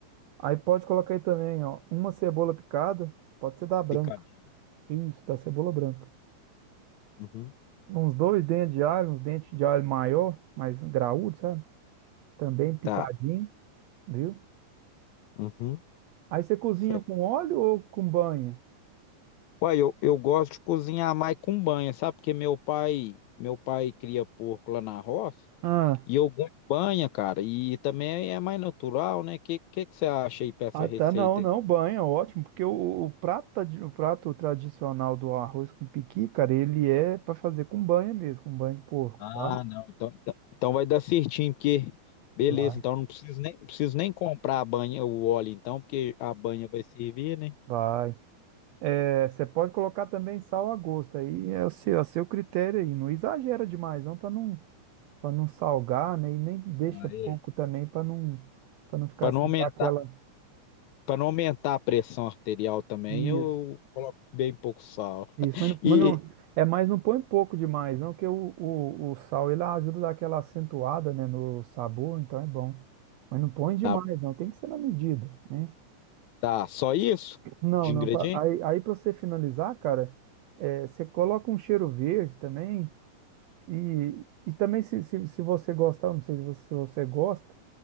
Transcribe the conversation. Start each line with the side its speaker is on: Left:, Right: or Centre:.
Right: Aí pode colocar aí também, ó, uma cebola picada, pode ser da branca.
Left: Picadinho.
Right: Isso, da cebola branca.
Left: Uhum.
Right: Uns dois dentes de alho, uns dentes de alho maior, mais graúdo, sabe? Também picadinho,
Left: Tá.
Right: viu?
Left: Uhum.
Right: Aí você cozinha
Left: Sei.
Right: com óleo ou com banha?
Left: Uai, eu, eu gosto de cozinhar mais com banha, sabe? Porque meu pai, meu pai cria porco lá na roça
Right: Ah,
Left: e eu gosto de banha, cara. E também é mais natural, né? Que que que você acha aí pra essa
Right: Ah,
Left: receita
Right: tá, não, não,
Left: aí?
Right: banha, ótimo, porque o, o prato, tradi- o prato tradicional do arroz com piqui, cara, ele é para fazer com banha mesmo, com banha de porco,
Left: Ah,
Right: tá?
Left: não. Então, então então vai dar certinho, porque beleza,
Right: Vai.
Left: então não preciso nem, não preciso nem comprar a banha, o óleo então, porque a banha vai servir, né?
Right: Vai. É, você pode colocar também sal a gosto, aí é o seu, a seu critério aí, não exagera demais não, para não, para não salgar, né, e nem deixa
Left: Ah,
Right: pouco
Left: é.
Right: também para não, para não ficar
Left: Para
Right: sem
Left: não aumentar,
Right: dar aquela...
Left: para não aumentar a pressão arterial também,
Right: Isso.
Left: eu coloco bem pouco sal.
Right: Isso, mas, não,
Left: E
Right: mas não- é mais não põe pouco demais, não, que o, o, o sal ele ajuda a dar aquela acentuada, né, no sabor, então é bom. Mas não põe demais,
Left: tá, bom.
Right: não, tem que ser na medida, né?
Left: tá, só isso
Right: Não,
Left: de
Right: não,
Left: ingrediente?
Right: pra- aí, aí para você finalizar, cara, é, você coloca um cheiro verde também e, e também se, se, se você gostar, eu não sei se você, se você gosta,